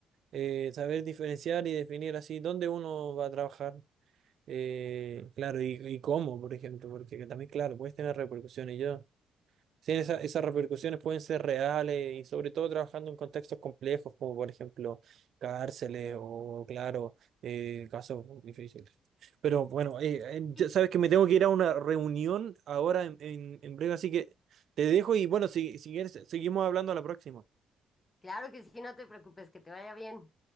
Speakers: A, on the right; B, on the left.
A: eh, saber diferenciar y definir así dónde uno va a trabajar, eh, claro, y, y cómo, por ejemplo, porque también, claro, puedes tener repercusiones. Yo, sí, esa- esas repercusiones pueden ser reales y sobre todo trabajando en contextos complejos, como por ejemplo cárceles o, claro, eh, casos difíciles. Pero bueno, eh, eh, ya
B: Y
A: sabes que me tengo que ir a una reunión ahora en, en, en breve, así que te dejo y bueno, si, si quieres, seguimos hablando a la próxima.
B: claro que sí, no te preocupes, que te vaya bien.